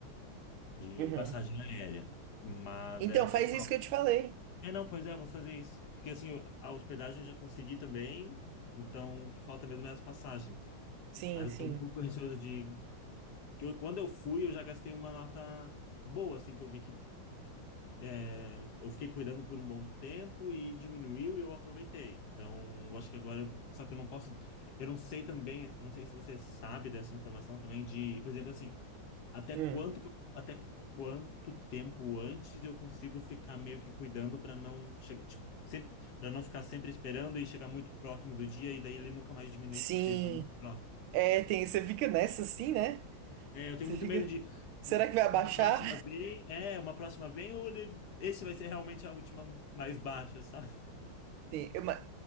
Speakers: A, on the left; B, on the right.
A: de
B: Uhum.
A: passagem aérea. Mas
B: Então,
A: é o
B: faz
A: que falta.
B: isso que eu te falei.
A: É, não, pois é, eu vou fazer isso. Porque assim, eu- a hospedagem eu já consegui também, então o que falta mesmo é as passagens.
B: Sim,
A: Aí eu
B: sim.
A: tô um pouco receoso de. que eu- quando eu fui, eu já gastei uma nota boa, assim, que eu vi que é, eu fiquei cuidando por um bom tempo e diminuiu e eu aproveitei. Então, eu acho que agora. eu- Só que eu não posso. Eu não sei também, eu não sei se você sabe dessa informação também, de, por exemplo, assim. Até
B: Hum.
A: quanto que eu- até quanto tempo antes eu consigo ficar meio que cuidando para não chegar, tipo, sempre para não ficar sempre esperando e chegar muito próximo do dia e daí ele nunca mais diminuir
B: Sim,
A: porque tá muito próximo.
B: é, tem, você fica nessa assim, né?
A: É, eu tenho
B: Você
A: muito
B: fica,
A: medo de
B: será que vai abaixar?
A: uma próxima vez, é, uma próxima vez ou ele, esse vai ser realmente a última mais baixa, sabe?
B: <laughs> Sim, eu- mas-